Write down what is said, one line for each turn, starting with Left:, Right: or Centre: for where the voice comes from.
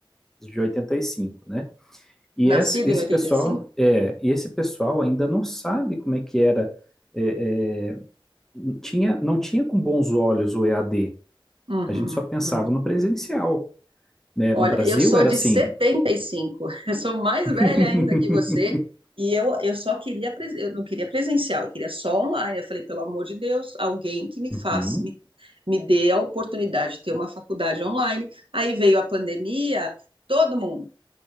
Centre: de oitenta e cinco né? E
Right: Nascido
Centre: esse, esse
Right: em 85?
Centre: pessoal, é, e esse pessoal ainda não sabe como é que era. é, é, tinha, não tinha com bons olhos o EAD. A D.
Right: Uhum,
Centre: A gente só pensava
Right: uhum.
Centre: no presencial. Né?
Right: Olha,
Centre: No Brasil
Right: eu sou
Centre: era
Right: de
Centre: assim.
Right: 75, <laughs> eu sou mais
Centre: <laughs>
Right: velha ainda que você, e eu, eu só queria, pres- eu não queria presencial, eu queria só online. Eu falei, pelo amor de Deus, alguém que me
Centre: Uhum,
Right: faça, me, me dê a oportunidade de ter uma faculdade online. Aí veio a pandemia, todo mundo